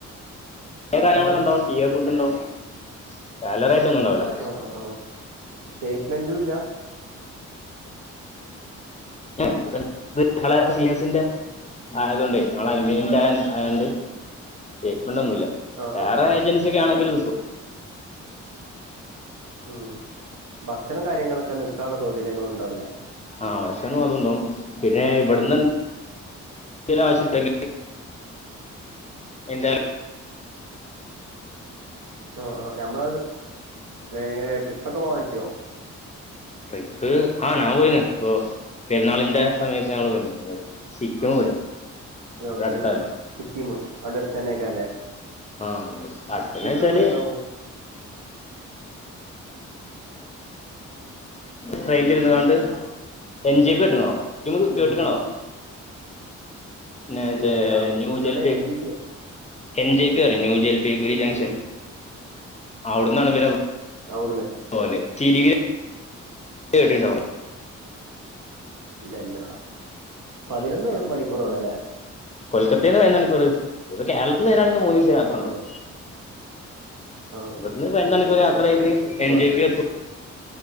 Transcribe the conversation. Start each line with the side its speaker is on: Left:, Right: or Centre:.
Left: കാര്യങ്ങളൊക്കെണ്ടാവും ടി ഫുഡ് ഉണ്ടാവും സാലറി ആയിട്ട് ഒന്നും ഉണ്ടാവില്ല
Right: ഓ ഓ ഓഫ് സ്റ്റേറ്റ്മെന്റും ഇല്ല
Left: <unintelligible> ഷിയാസിന്റെ ആയതുകൊണ്ടോ <unintelligible> മീൻ സ്റ്റേറ്റ്മെന്റ് ഒന്നുമല്ല
Right: ആ
Left: വേറെഏജൻസി
Right: ആ ആ
Left: ഒക്കെ ആണെങ്കിൽ കിട്ടും
Right: ഉം ഭക്ഷണം കാര്യങ്ങളൊക്കെ നിക്കാനുള്ള സൗകര്യങ്ങളും ഉണ്ടാവൂലേ
Left: ആഹ് ഭക്ഷണം അത് ഉണ്ടാവും പിന്നെ ഇവിടുന്ന് എന്തെങ്കിലും ആവശ്യമുണ്ടങ്കിൽ എന്താ
Right: ഓഹ് ഓഫ് നമ്മള് ഇങ്ങനെ ട്രിപ്പ് ഒക്കെ പറ്റുവോ
Left: ട്രിപ്പ് ആഹ് ഞാൻ പോയിന്ന് ഇപ്പോ പെരുന്നാളിന്റെ സമയത്ത് ഞങ്ങള് പോയിരുന്നു സിക്കിംമിൽ പോയി
Right: എവിടക്ക്
Left: അടുത്താലോ
Right: സിക്കിം അവിടെ അടുത്ത് തന്നെ ഒക്കാ അല്ലേ
Left: ആഹ് അടുത്തന്ന
Right: എത്ര
Left: വെച്ചാല്
Right: ദൂരം ഉണ്ടാവും
Left: ട്രെയിനിൽ ഇരുന്നാണ്ട് എൻ ജെ പി ഇട്ടുന്നോ
Right: ഉം
Left: കേട്ടക്കണോ
Right: ഉം
Left: പിന്ന
Right: ഇല്ല ഇല്ല
Left: ന്യൂ
Right: എവിടെ
Left: ജൽ
Right: എം ജി പിയോ
Left: എൻ ജെ പി പറ ന്യൂ ജെ പി ഗുരി
Right: ഉം
Left: ജംഗ്ഷൻ
Right: ഉം
Left: അവിടന്നാണ് വില
Right: അവിടന്ന്
Left: <unintelligible> പേടി ഉണ്ടോ
Right: ഇല്ലല്ല പതിനൊന്ന് മണിക്കൂറോള്ളൂ അല്ലേ
Left: കൊൽക്കത്തയിൽ നിന്ന് <unintelligible> ഇപ്പ കേരളത്തിൽ നിന്ന് വരാണക്ക് മൂന്നീസം യാത്ര ഉണ്ടാകും
Right: ആ ആ
Left: ഇവിടുന്ന് പതിനൊന്നു
Right: പതിനൊന്ന്
Left: മണിക്കൂർ യാത്ര ചെയ്ത്
Right: അപ്പൊ സുഖമല്ലേ
Left: എൻ ജെ പി എത്ത